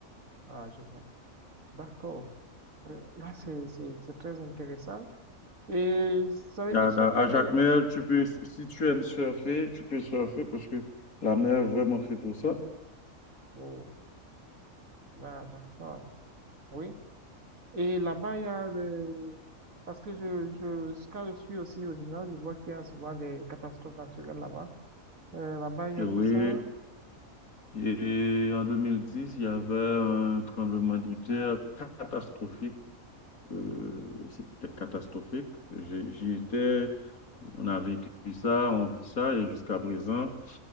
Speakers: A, on the right (about 75°); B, on the left (about 85°).
A: ah, je vois. D'accord. Euh, Là, c'est, c'est, c'est très intéressant. Et ça veut
B: Yeah,
A: dire chaque
B: da- À Jacques
A: ville.
B: Mel, tu peux, si tu aimes surfer, tu peux surfer parce que la mer est vraiment fait pour ça.
A: Oh, là, d'accord. Oui. Et là-bas, il y a des, Parce que je, je, quand je suis aussi au général, je vois qu'il y a souvent des catastrophes naturelles là-bas. Euh, là-bas, il n'y
B: Et
A: a
B: oui,
A: pas ça.
B: et en 2010, il y avait un tremblement de terre catastrophique. Euh, c'était catastrophique. J'ai- J'y étais, on a vécu ça, on vit ça, et jusqu'à présent,